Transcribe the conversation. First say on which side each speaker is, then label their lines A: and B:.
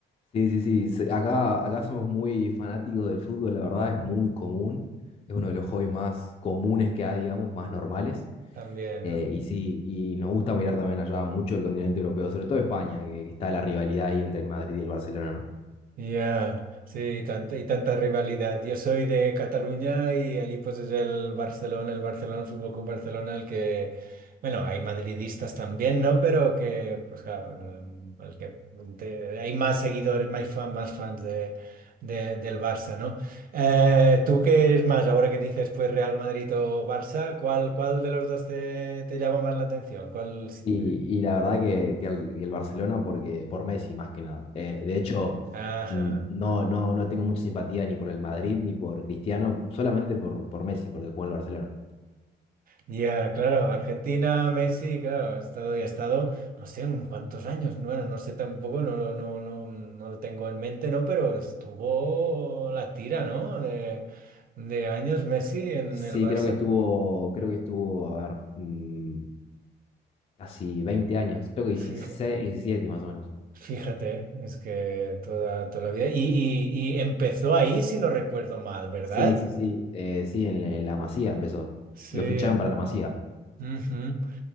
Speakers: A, on the left (about 30°); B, on the right (about 45°).
A: Sí, sí, sí. se- Acá, acá somos muy fanáticos del fútbol, la verdad es muy común. Es uno de los hobbies más comunes que hay, digamos, más normales.
B: También,
A: Eh,
B: ¿no?
A: y sí, y nos gusta mirar también allá mucho el continente europeo, sobre todo España, que, que está la rivalidad ahí entre el Madrid y el Barcelona, ¿no?
B: Ya, Sí, y tanta, y tanta rivalidad. Yo soy de Cataluña y allí pues es el Barcelona, el Barcelona el Fútbol Club Barcelona el que, bueno, hay madridistas también, ¿no? Pero que, pues claro, el el que te- hay más seguidores, más, fan- más fans de, de- del Barça, ¿no? Eh, ¿tú qué eres más? Ahora que dices pues Real Madrid o Barça, ¿cuál, cuál de los dos te, te llama más la atención? ¿Cuál? si
A: Y,
B: te-
A: y la verdad que, que el, y el Barcelona porque, por Messi más que nada. Eh, de hecho,
B: Ajá.
A: n- no, no, no tengo mucha simpatía ni por el Madrid ni por Cristiano, solamente por, por Messi porque jugó en el Barcelona.
B: Ya, claro, Argentina, Messi, claro, ha estado y ha estado, no sé, en cuántos años, bueno, no sé tampoco, no, lo- no, no, no lo tengo en mente, ¿no? Pero estuvo la tira, ¿no? De, de años Messi en
A: Sí,
B: el Barça.
A: creo que estuvo, creo que estuvo, a ver, mm, casi 20 años, creo que 16
B: Fija-
A: 17 más o menos.
B: Fíjate, es que toda, toda la vida. Y, y, y empezó ahí, si no recuerdo mal, ¿verdad?
A: Sí, sí, sí, eh, sí, en, en la Masía empezó.
B: Sí.
A: Lo ficharon para la Masía,
B: ujú.